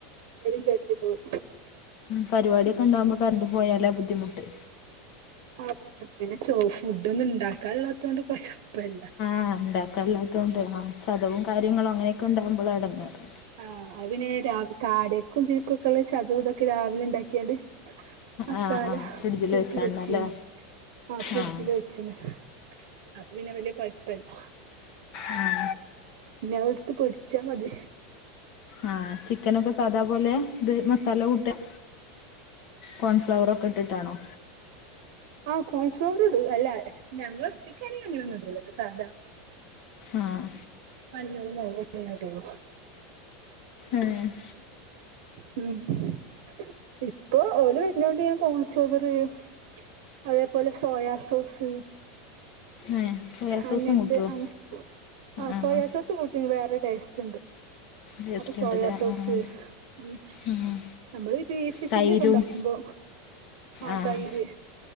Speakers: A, on the right; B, on the left.
A: ഇവിടേം കറൻ്റ് പോയി
B: പരിപാടിയൊക്കെ
A: ഉം
B: ഉണ്ടാകുമ്പോ കറണ്ട് പോയാല ബുദ്ധിമുട്ട്
A: ആ ബുദ്ധിമുട്ടില ഫുഡ ഒന്നും ഇണ്ടാക്കാല്ലാത്ത കൊൊണ്ട് കുഴപ്പില്ല
B: ആഹ് ഉണ്ടാക്കാൻ ഇല്ലാത്തോണ്ടെ ആ ചതവും കാര്യങ്ങളും അങ്ങനെയൊക്കെ ഉണ്ടാകുമ്പോളാണ് ഇടങ്ങേറ്
A: ആഹ പിന്നെ രാവിലെ കാട <unintelligible> ക്കും ീക്ക <unintelligible> ക്കള് ചത ഇതൊക്കെ രാവിലെ ഉണ്ടാക്കിയാണ്ട് <unintelligible> മസാല
B: ആഹ് ആഹ് ഫ്രിഡ്ജിൽ
A: കൂട്ടി
B: വെച്ചണല്ലേ
A: വെച്ചീന് ആ ഫ്രിഡ്ജില്
B: ആഹ്
A: വെച്ച്ന് അപ്പപിന്നെ വല്യ കൊഴപ്പയില്ല
B: ആഹ <unintelligible>
A: ഇനി അത് എടുത്ത് പൊരിച്ചാ മതി
B: ആ ചി - ചിക്കനൊക്കെ സാധാപോലെ ഇത് മസാല കൂട്ടുക കോൺഫ്ലവറൊക്കെ ഇട്ടിട്ടാണോ
A: ആ കോൺഫ്ലോർ ഇടും അല്ലാ ഞങ്ങള് ഒറ്റക്ക് ആണെ- ഞാൻ അങ്ങനെ ഒന്നും ഇടുല സാധാ
B: ആഹ്
A: മഞ്ഞളും മുളകും ഞാന് ഇടുളു
B: ആം <unintelligible>
A: ഉം <unintelligible> ഇപ്പൊ ഓല് വരുന്നോണ്ട് ഞാന് കോൺഫ്ലോറ് - അതേപോലെ സോയാ സോസ്-
B: ഏഹ് സോയാ സോസും
A: അങ്ങനത്തെ
B: കൂട്ടുവോ
A: അ ആ
B: ആഹ്
A: സോയാ സോസ് കൂട്ടി വേറെ ടേസ്റ്റ് ഉണ്ട്
B: ടേസ്റ്റ്
A: അത് സോയാ
B: ഉണ്ടല്ലേ
A: സോസ്
B: ആഹ്
A: ഉ-
B: ആഹ്
A: നമ്മള് ബീഫ്
B: തൈരും
A: ചില്ലിക്കെ ഇണ്ടാക്കുമ്പോ ആ
B: ആഹ്
A: തൈര്-